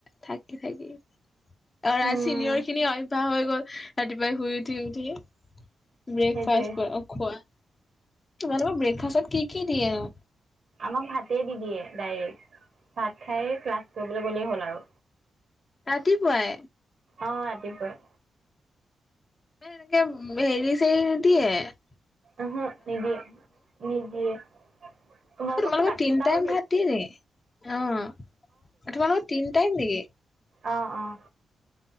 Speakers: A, on the left; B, on the right.
A: থাকি থাকি। অৰা
B: উম
A: চিনিয়ৰ খিনি অভ্যয়াস হৈ গ'ল ৰাতিপুৱাই শুই উঠি উঠিে ব্ৰেকফাষ্ট
B: সেইটোৱে
A: খোৱা তোমালোকৰ ব্ৰেকফাষ্টত কি কি দিয়ে ন।
B: আমাক ভাতেই দি দিয়ে ডাইৰেক্ট ভাত খাই ক্লাছ কৰিবলৈ গ'লেই হ'ল আৰু
A: ৰাতিপুৱাই
B: অ ৰাতিপুৱাই।
A: এনেকে হেৰি চেৰি নিদিয়ে ।
B: আহহ নিদিয়ে নিদিয়ে। তোমালোককতো
A: তোমালোক
B: গাখীৰ
A: তিনি
B: চাহো
A: টাইম ভাত দিয়ে ন অ আ ত মালোক তিনি টাইম নেকি।
B: অঁ অঁ